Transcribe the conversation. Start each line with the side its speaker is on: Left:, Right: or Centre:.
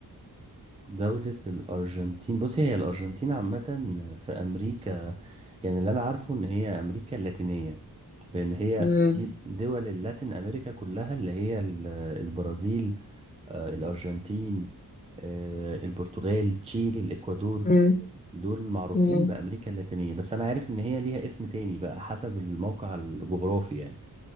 Right: دولة الأرجنتين بص هي الأرجنتين عامة في أمريكا يعني اللي أنا عارفه إن هي أمريكا اللاتينية لأن هي
Left: مم.
Right: دي دول اللاتين أمريكا كلها اللي هي ال- البرازيل آه، الأرجنتين آه، البرتغال تشيلي الإكوادور
Left: مم.
Right: دول معروفين
Left: مم.
Right: بأمريكا اللاتينية بس أنا عارف إن هي ليها اسم تاني بقى حسب الموقع الجغرافي يعني